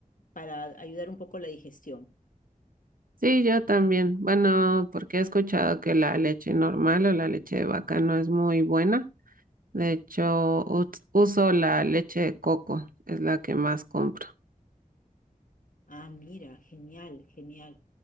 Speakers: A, on the left; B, on the right.
A: para ayudar un poco la digestión.
B: Sí, yo también. Bueno, porque he escuchado que la leche normal o la leche de vaca no es muy buena. De hecho, us- uso la leche de coco, es la que más compro.
A: Ah, mira, genial, genial.